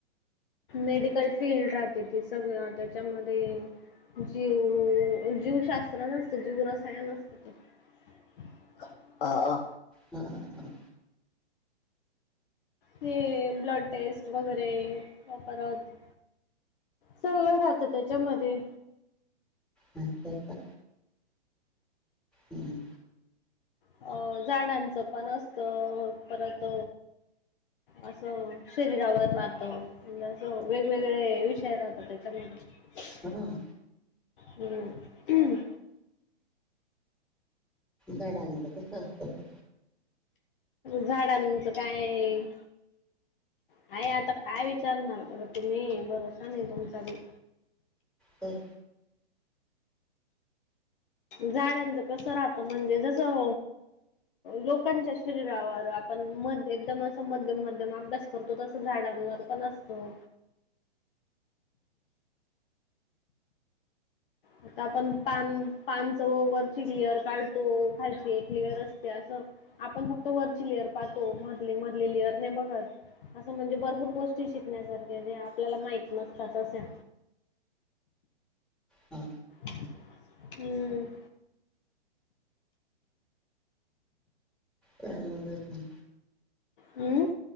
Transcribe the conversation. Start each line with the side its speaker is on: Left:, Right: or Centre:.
Left: मेडिकल फील्ड राहते ती सगळं त्यांच्यामध्ये जीव जीवशास्त्र नसतं जीव रसायंन असतं ते हं आं
Centre: हां हां
Left: हे ब्लड टेस्ट वगैरें मंग परंत सगळं राहतं त्यांच्यामध्ये
Centre: अच्छा अच्छा हम्मं
Left: अं झाडांचं पणं असतं परंत असं शरीरावर राहतं. असं वेगवेगळे विषय राहतांत त्यांच्या मध्यें
Centre: अजूंन
Left: हम्मं
Centre: झाडांचं कसं असतं
Left: झाडांचं कायं आहेय आंता कायं विचारणांर बरं तुम्हीं भरोसा नाहीं तुमचा भी
Centre: बोलं
Left: झाडांचं कसं राहतं म्हणजे जसं लोकांच्या शरीरावर आपणं मं एकदंम असं मध्यंम मध्यंम अभ्यास करतो तसं झाडांवर पणं असतो आंता आपणं पानं पानचं वरची क्लिअर काढतो खालची क्लिअर असते असं आपणं फक्तं वरची लेयर पाहतो मधले मधले लेअर नाहीं बघतं असं म्हणजे भरंपूर गोष्टी शिकण्यांसारख्या जे आपल्याला माहित नसताते जश्या
Centre: हां
Left: हम्मं
Centre: कायं माहिती नाहीं
Left: हम्मं